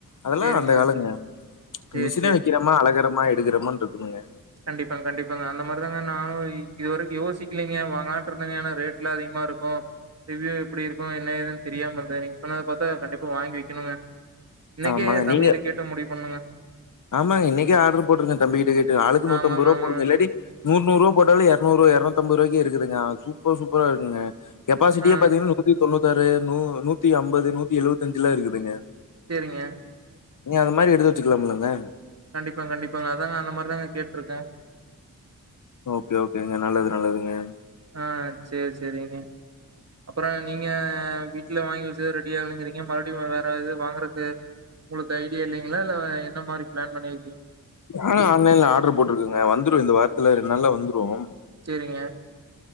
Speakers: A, on the left; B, on the right.
A: அதெலா
B: சரிங்க.
A: அந்த காலங்க
B: சரி,
A: மிஷின வெக்கிறமா அழகிறம் எடுகிறமான்ருக்குதுங்க
B: கண்டிப்பா கண்டிப்பாங்க அந்த மாரிதாங்க நானூ இ இதுவரைக்கூ யோசிக்லிங்க வாங்கலான்ட்ருந்தங்க ஏனா ரேட்லா அதிகமாரிக்கூ ரிவ்யூ எப்டி இருக்கூ என்ன ஏதுன் தெரியாமருந்த நீங்க சொன்னத பாத்தா கண்டிப்பா வாங்கி வெக்கணுங்க இன்னைக்கே
A: ஆமாங்க
B: தம்பி
A: நீங்க
B: கிட்ட கேட்டு முடிவ் பண்ணுங்க
A: ஆமாங்க இன்னைக்கே ஆடர் போட்ருங்க தம்பி கிட்ட கேட் டு ஆளுக்கு நூத்தம்பருவா
B: ஆமாங்க, ஆமாங்க.
A: போடுங்க இல்லாடி நூறு நூறுவா போட்டாலே எரநூறுவா எரநூத் தம்பரூவாய்க்கே இருக்குதுங்க சூப்பர் சூப்பரா இருக்குங்க கெப்பாசிட்டியே
B: ஆ
A: பாத்தீங்னா நூத்தி தொண்ணூத் தாறு நூ நூத்தி அம்பது நூத்தி எழுவத்தஞ்சுலா இருக்குதுங்க
B: செரிங்க
A: நீ அந்த மாரி எடுத்து வச்சுக்லாம்லங்க
B: கண்டிப்பாங் கண்டிப்பாங்க அதாங்க அந்த மாரிதாங்க கேட்ருக்கே
A: ஓகே ஓகேங்க நல்லது நல்லதுங்க
B: ஆ ச்சேர் செரிங்க அப்றம் நீங்க வீட்ல வாங்கி வச்சத ரெடி ஆகலிங்றீங்க மறுடியும் வேற எது வாங்குறக்கு உங்ளுக்கு ஐடியா இல்லைங்ளா இல்ல என்ன மாரி பிளான் பண்ணிரிக்கீங்
A: நானு ஆன்லைன்ல ஆடர் போட்ருக்கங்க வந்துரும் இந்த வாரத்துல ரெண்ட்நால்லா வந்துரும்
B: செரிங்க.